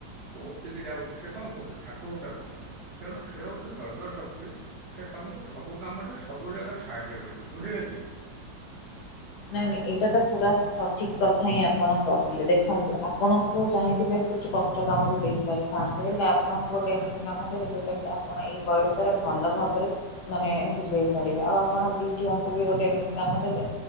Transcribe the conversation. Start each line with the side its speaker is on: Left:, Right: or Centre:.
Right: ଓ, ଟି, କି ଯାଉଛି ସେ କଣ କରୁଛି ଠାକୁର ଙ୍କୁଡାକୁଛି। ତେଣୁ ସେ ହଉଛି ଦ୍ରୈବ୍ୟ ଶକ୍ତି। ସେ ତମକୁ ସବୁ କାମରେ ସବୁ ଜାଗାରେ ସାହାଯ୍ୟ କରିବେ, ବୁଝିଲେ କି?
Left: ନାଇଁ ନାଇଁ ଏଇଟା, ତ ପୁରା ସଠିକ୍ କଥା ହିଁ ଆପଣ କହିଲେ, ଦେଖନ୍ତୁ ଆପଣଙ୍କୁ ଚାହିଁଥିଲେ। କିଛି କଷ୍ଟ କାମ ବି ଦେଇପାରିଥାନ୍ତେ ହେଲେ ଆପଣଙ୍କୁ ଗୋଟେ ଏମିତି କାମ ଦେଲେ ଯଉଟା ତାକି ଆପଣ ଏଇ ବୟସରେ ଭଲ ଭାବରେ ମାନେ ସୁଝେଇ ପାରିବେ, ଆଉ ଆପଣ ଦି ଝିଅଙ୍କୁ ବି ଗୋଟେ ଏମିତି କାମ ଦେଲେ